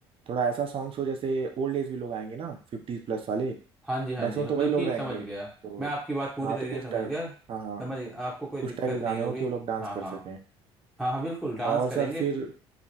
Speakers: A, on the right (about 40°); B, in the centre.
A: थोड़ा ऐसा सॉन्ग्स हो जैसे ओल्ड एज भी लोग आएंगे ना फिफ्टी प्लस वाले
B: हाँ जी हाँ
A: मैक्सिमम
B: जी मतलब
A: तो वही लोग
B: कि
A: रहेंगे
B: समझ गया
A: तो
B: मैं आपकी बात पूरी
A: हाँ
B: तरीके
A: तो उस
B: से समझ
A: टाइप
B: गया
A: हाँ हाँ
B: समझ गया, आपको कोई दिक्कत
A: उस टाइप के गाने
B: नहीं होगी
A: हो कि वो लोग डांस
B: हाँ
A: कर
B: हाँ
A: सकें
B: हाँ हाँ बिल्कुल डांस
A: और
B: करेंगे
A: सर फिर